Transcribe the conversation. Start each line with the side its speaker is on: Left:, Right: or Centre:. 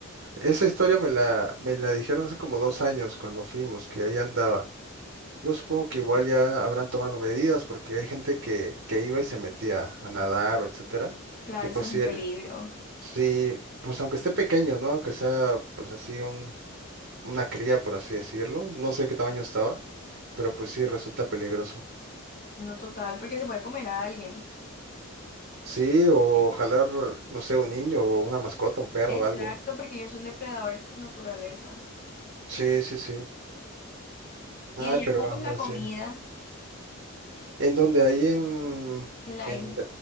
Right: Esa historia me la, me la dijeron hace como dos años cuando fuimos, que ahí andaba. Yo supongo que igual ya habrán tomado medidas porque hay gente que, que iba y se metía a nadar o etcétera.
Left: Claro,
Right: Y pues
Left: eso es
Right: sí,
Left: un peligro.
Right: Sí, pues aunque esté pequeño, ¿no? Aunque sea pues así un, una cría, por así decirlo. No sé qué tamaño estaba, pero pues sí resulta peligroso.
Left: No total, porque se puede comer a alguien.
Right: Sí, o
Left: Sí.
Right: jalar, no sé, un niño o una mascota, un perro
Left: Exacto,
Right: o algo.
Left: porque ellos son depredadores por naturaleza.
Right: Sí, sí, sí. Ah,
Left: Y allá
Right: pero
Left: ¿cómo
Right: anda,
Left: es la comida
Right: sí. ¿En donde Ahí en,
Left: en la
Right: en,
Left: isla.